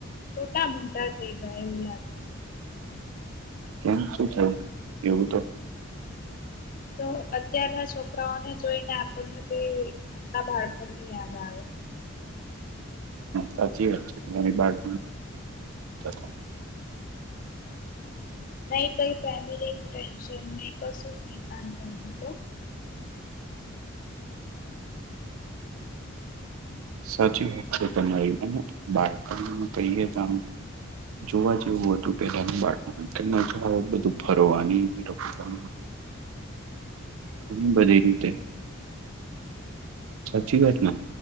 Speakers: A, on the left (about 40°); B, on the right (about 75°).
A: મોટા મોટા થઈ ગયા એવું લાગે છે.
B: કેમ શું થયુ એવું તો
A: તો અત્યારના છોકરાઓને જોઈને આપણને બી આપણા બાળપણની યાદ આવે.
B: સાચી વાત <inaudible>
A: નય કઈ ફેમિલી નું ટેન્શન નય કશું જ નય નાનપણ માં તો.
B: સાચી વાત છે તમારી બાળપણ નું કહીએ તો આમ જોવા જેવું હતું પેલાનું બાળપણ અત્યારનું તો બધું ફરવાની રમવાની <inaudible> <unintelligible> ધણી બધી રીતે સાચી વાત ના.